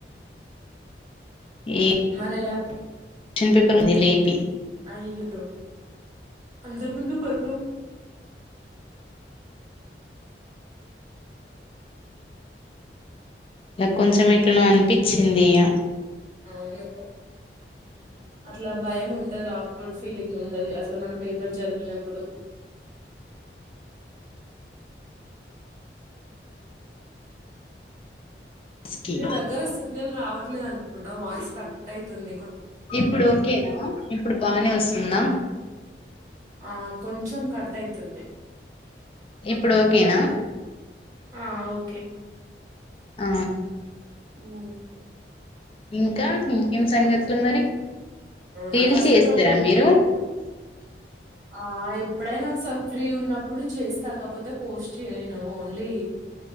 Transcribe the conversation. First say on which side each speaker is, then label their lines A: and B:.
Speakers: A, on the left; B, on the right.
A: ఏ
B: మనలా
A: క్వశ్చన్ పేపర్ ముంది లేపీ
B: అయ్యొ అందరు ముందు పరువ్
A: కొంచెం ఇట్లు నో అనిపిచి ఇందియా
B: అవును అట్లా భయం ఉంట్ ఉంట ఆక్వర్డ్ ఫీలింగ్ ఉంటది అట్లా మన పేపర్ చదివినప్పుడు
A: ఇక
B: లేదగ్గరస్ నల్ రావట్లేదు అనుకుంటా వాయిస్ కట్ అవుతుంది
A: ఇప్పుడు ఓకేనా ఇప్పుడు బానే వస్సుందా
B: ఆ కొంచెం కట్ ఐతుంది
A: ఇప్పుడు ఓకేనా
B: ఆ ఓకే
A: ఆ
B: మ్
A: ఇంకా ఏం సంగతులు ఉ మరి
B: అవునా
A: పీల్చి
B: ఫస్ట్
A: చేస్తారా
B: ప్రాజెక్ట్
A: మీరు
B: ఆ ఎప్పుడైనా ఫ్రీ ఉన్నప్పుడు చేస్తా కాకపోతే పోస్ట్ చేయను ఓన్లీ